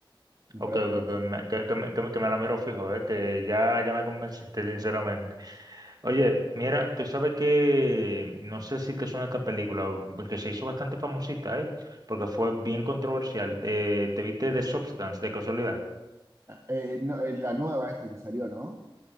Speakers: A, on the right; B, on the right.
A: Realmente
B: Ok, ok, ok,
A: es excelente.
B: me- que, que me, que me- que me la miro fijo, ¿eh? Que ya, ya me convenciste, sinceramente. Oye, mira, tú sabes que, no sé si te suena esta película, porque se hizo bastante famosita, ¿eh? Porque fue bien controversial. Eh, ¿te viste The Substance, de casualidad?
A: Eh, no, es la nueva esta que salió, ¿no?